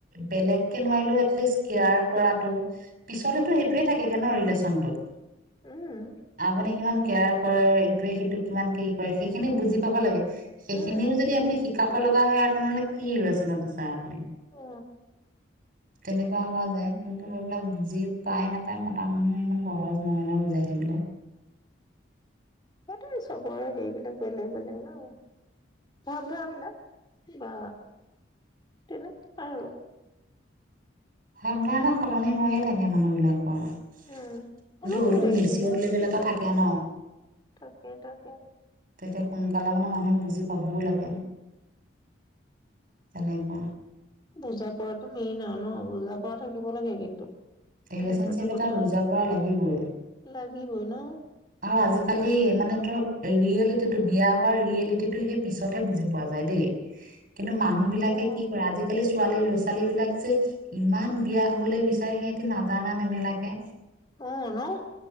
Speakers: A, on the right (about 45°); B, on the left (about 25°).
A: বেলেগ কে নোৱাৰিলেওঁ এটলিষ্ট কেয়াৰ কৰাটো, পিছতেতু সেইটোয়ে থাকেগে ন ৰিলেশ্বনটোত।
B: উম
A: আপুনি কিমান? কেয়াৰ কৰে, ইটোৱে-সিটোক কিমান কি কৰে সেইখিনি বুজি পাব লাগে। সেইখিনিও
B: উম
A: যদি আপুনি শি কাব লগা হয় আৰু তেনেহ'লে <unintelligible> আপুনি।
B: অ
A: তেনেকুৱা হোৱা যায় কিন্তু এইবিলাক বুজি পাই নাপায় মতা মানুহে ইমান সহজ নহয় নহয় নহ বুজাই থাকিবলে।
B: সেইটোয়ে চবৰে হেৰিবিলাক বেলেগ বেলেগ ন ভাৱধাৰা বিলাক বা তেনেকুৱাই আৰু।
A: ভাবধাৰা নহ সলনি হৈয়ে থাকে মানুহবিলাকৰ। অ কিন্তু
B: উম সলনি
A: হ'লেও
B: হৈ থাকেতো
A: মেচিয়ৰদ
B: ন
A: লেভেল এটা থাকে কে নহ।
B: তাকে তাকে
A: তেতিয়া সোনকালে মানে মানুহে বুজি পাবও লাগে তেনেকুৱা।
B: বুজা পৰাটো মেইন আৰু ন? বুজা পৰা থাকিব লাগে কিন্তু।
A: ৰিলে্চনশ্বিপ
B: সেইটো এটা
A: এটাত
B: কথা
A: বুজা পৰা লাগিবই।
B: লাগিবই ন
A: আৰু আজিকালি মানে ধৰক ৰিয়েলিটিটো বিয়া হোৱাৰ ৰিয়েলিটিটো সেই পিছতহে বুজি পোৱা যায় দেই। কিন্তু মানুহ বিলাকে
B: অ
A: কি কৰে আজিকালি ছোৱালীয়ে লৈ ছোৱালী বিলাক যে ইমান বিয়া হবলৈ বিচাৰে, সিহঁতি নাজানা নেমেলাকে।
B: অঁ নহ